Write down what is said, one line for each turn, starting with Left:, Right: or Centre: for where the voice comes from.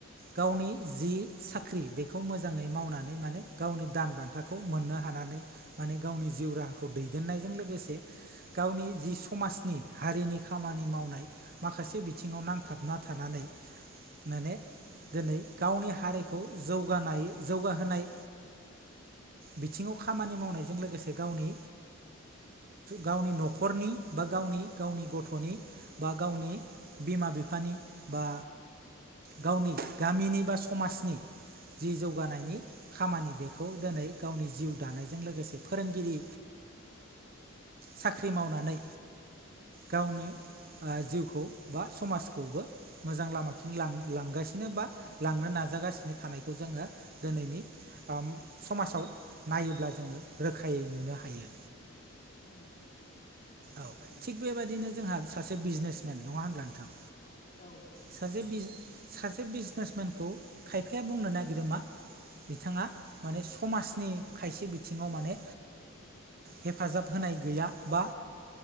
Right: गावनि जि साख्रि बेखौ मोजाङै मावनानै माने
Left: उम
Right: गावनि दान बान्था खोथाखौ मोननो हानानै माने गावनि जिउ राहाखौ दैदेननायजों लोगोसे गावनि जि समाजनि हारिनि खामानि मावनाय माखासे बिथिङाव नांथाबना थानानै माने
Left: उम
Right: दिनै गावनि हारिखौ जौगानाय जौगाहोनाय बिथिङाव खामानि मावनायजों
Left: उम
Right: लोगोसे गावनि गावनि न'खरनि बा गावनि गावनि गथ'नि बा गावनि बिमा बिफानि बा गावनि गामिनि बा समाजनि जि जौगानायनि
Left: औ उम
Right: खामानि बेखौ दिनै गावनि जिउ दानायजों लोगोसे फोरोंगिरि साख्रि मावनानै गावनो जिउखौ बा समाजखौबो मोजां लामाथिं लां लांगासिनो बा लांनो नाजागासिनो थानायखौ जोङो दिनैनि समाजाव नायोब्ला जोङो रोखायै नुनो हायो
Left: उम
Right: औ थिग बेबायदिनो जोंहा सासे बिजनेसमेन नङा होनब्ला नोंथां
Left: औ
Right: सासे सासे बिजनेसमेनखौ खायफाया बुंनो नागिरो मा बिथाङा माने समाजनि खायसे बिथिङाव माने हेफाजाब होनाय गैया बा